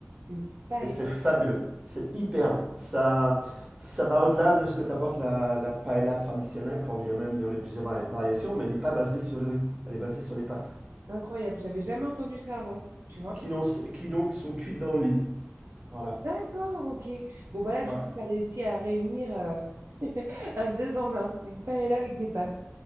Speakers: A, on the right; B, on the right.
A: une paella
B: Et c'est fabuleux, c'est hyper bon. Ça, ça va au-delà de ce que t'apporte la, la paella traditionnelle, quand bien même il y en a plusieurs vari- variations, mais elle n'est pas basée sur le riz, elle est basée sur les pâtes,
A: incroyable. J'avais jamais entendu ça avant, tu vois?
B: qui, donc- qui donc sont cuites dans l'huile. Voilà,
A: D'accord, ok. Bon, bah là, du
B: ouais,
A: coup, tu as réussi à réunir euh, <laughs> un deux en un, une paella avec des pâtes.